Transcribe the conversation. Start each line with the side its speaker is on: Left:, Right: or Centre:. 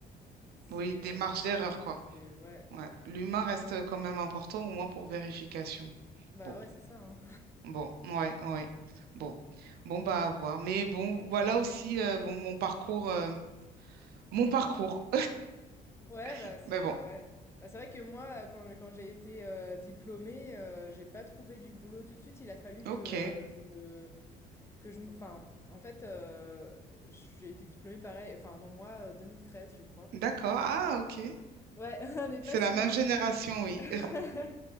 Left: c'est,
Right: Oui, des marges
Left: je sais
Right: d'erreur,
Left: pas,
Right: quoi.
Left: c'est- ouais,
Right: Ouais. L'humain reste euh, quand même important, au moins pour vérification.
Left: bah
Right: Bon,
Left: ouais, c'est ça. hein.
Right: bon, ouais, ouais. Bon, bon, bah, à voir. Mais bon, voilà aussi euh, bon, mon parcours. euh, mon parcours.
Left: Ouais,
Right: <laughs>
Left: bah, c'est
Right: Mais bon,
Left: ouais. Bah, c'est vrai que moi, euh, quand je- quand j'ai été euh, diplômée, euh, j'ai pas trouvé du boulot tout de suite. Il a fallu
Right: ok,
Left: que euh, je que je me- enfin en fait euh, j'ai été diplômée pareil enfin non moi euh, 2013 je crois
Right: d'accord. Ah,
Left: Et, euh,
Right: ok.
Left: ouais <laughs> on n'est
Right: C'est
Left: pas si
Right: la même
Left: loin
Right: génération, oui. <laughs>
Left: <laughs>